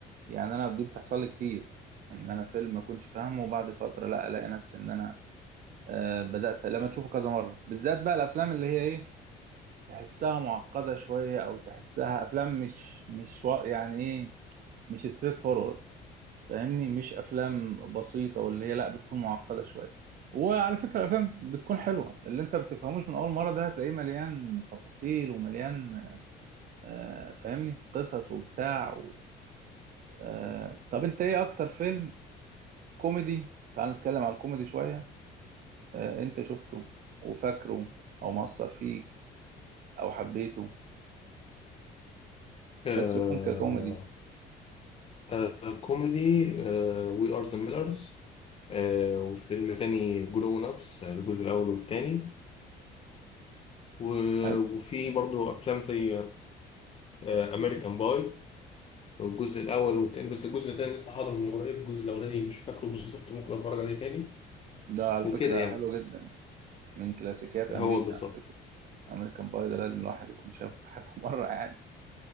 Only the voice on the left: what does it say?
آه
آه كوميدي آه وي ار ذا ميلرز آه، وفيلم تاني جرون أبس الجزء الأول والتاني و-
وفي برضو أفلام زي أمريكان باي الجزء الأول والتاني بس الجزء التاني لسه حاضر من قريب الجزء الأولاني مش فاكره بالظبط ممكن أتفرج عليه تاني
وكده
يعني
هو بالظبط